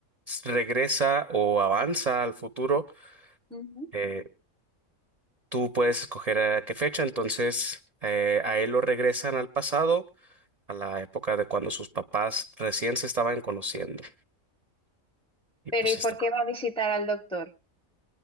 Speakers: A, on the right (about 45°); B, in the centre.
A: s- regresa o avanza al futuro.
B: ujú.
A: Eh, tú puedes escoger a qué fecha, entonces eh, a él lo regresan al pasado, a la época de cuando sus papás recién se estaban conociendo. Y
B: Pero
A: pues
B: ¿y
A: está.
B: por qué va a visitar al doctor?